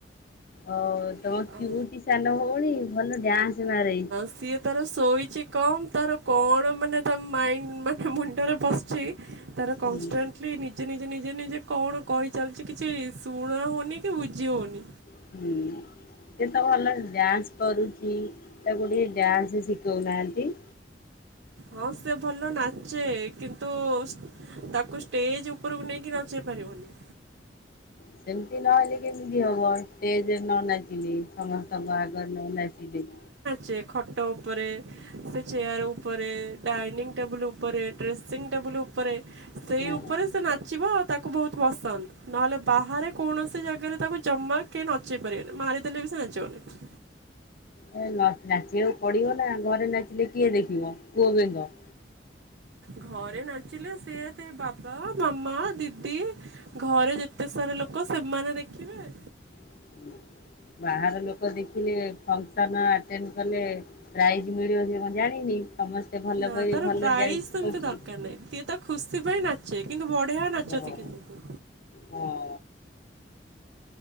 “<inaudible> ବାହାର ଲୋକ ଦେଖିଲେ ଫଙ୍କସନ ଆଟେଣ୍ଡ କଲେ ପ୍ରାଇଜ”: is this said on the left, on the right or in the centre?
Left